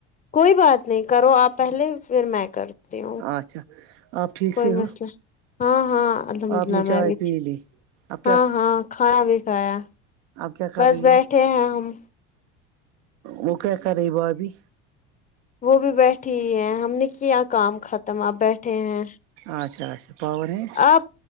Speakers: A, on the left; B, on the right.
A: کوئی بات نہیں کرو آپ پہلے پھر میں کرتی ہوں
B: اچھا آپ ٹھیک
A: کوئی
B: سے ہو
A: مسئلہ ہاں ہاں الحمد
B: آپ
A: اللہ
B: نے چائے
A: میں بھی
B: پی
A: ٹھ
B: لی اب
A: ہاں ہاں کھانا بھی کھایا
B: اب کیا کر
A: بس
B: رہی
A: بیٹھے
B: ہو
A: ہیں ہم
B: وہ کیا کر رہی با بھی
A: وہ بھی بیٹھی ہے ہم نے کیا کام ختم آپ بیٹھے ہیں
B: اچھا اچھا پاور ہیں
A: آپ